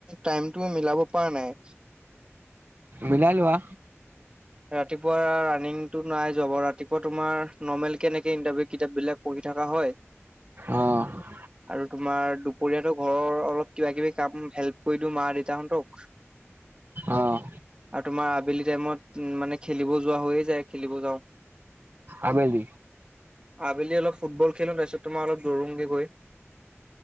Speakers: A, on the right; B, on the right.
A: টাইমটো মিলাব পাৰা নাই।
B: মিলাই লোৱা।
A: ৰাতিপুৱা ৰানিংটো নাই যোৱা বাৰ ৰাতিপুৱা তোমাৰ নৰ্মেল কেনেকে ইন্টাৰভিউ কিতাপবিলাক পঢ়ি থাকা হয়।
B: অ'
A: আৰু তোমাৰ দুপৰীয়াটো ঘৰৰ অলপ কিবা কিবি কাম হেল্প কৰি দিওঁ মা দেতাহঁন্তক।
B: অ'।
A: আৰু তোমাৰ আবেলি টাইমত উম, মানে খেলিব যোৱা হৈয়ে যায়, খেলিব যাওঁ।
B: আবেলি।
A: আবেলি অলপ ফুটবল খেলোঁ তাৰপিছত তোমাৰ অলপ দৌৰোগে গৈ।